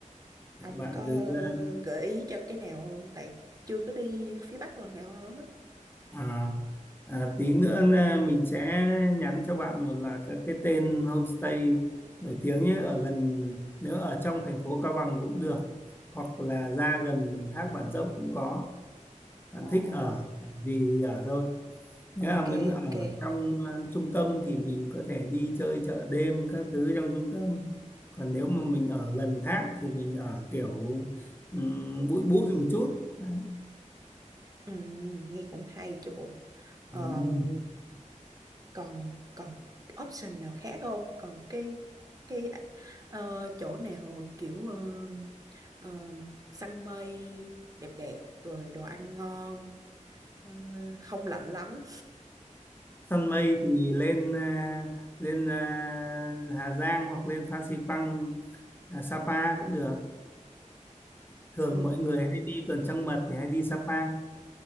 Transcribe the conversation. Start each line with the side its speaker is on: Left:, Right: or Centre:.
Right: Ông
Left: bạn
Right: có
Left: cứ
Right: ờ,
Left: à,
Right: gợi ý cho cái nào không? Tại chưa có đi phía Bắc lần nào hết.
Left: À, à, tí nữa là mình sẽ nhắn cho bạn một là các cái tên homestay nổi tiếng nhé ở gần nếu ở trong thành phố Cao Bằng cũng được hoặc là ra gần Thác Bản Dốc cũng có bạn
Right: Ồ,
Left: thích ở vì thì ở thôi nếu
Right: ok,
Left: mà muốn ở
Right: ok.
Left: trong ờ, trung tâm thì mình có thể đi chơi chợ đêm các thứ trong trung tâm còn nếu mà mình ở gần thác thì mình ở kiểu ừm, bụi bụi một chút Đấy.
Right: Ừ, nghe cũng hay chứ bộ. Ờm,
Left: Ừ.
Right: còn còn option nào khác không? Còn cái cái ờ, chỗ nào kiểu ờ, ờ, săn mây đẹp đẹp rồi đồ ăn ngon ờ, không lạnh lắm.
Left: săn mây thì lên à, lên à, Hà Giang hoặc lên Phan Xipang à, Sapa cũng được thường
Right: Ừ.
Left: mọi người hay đi tuần trăng mật thì hay đi Sapa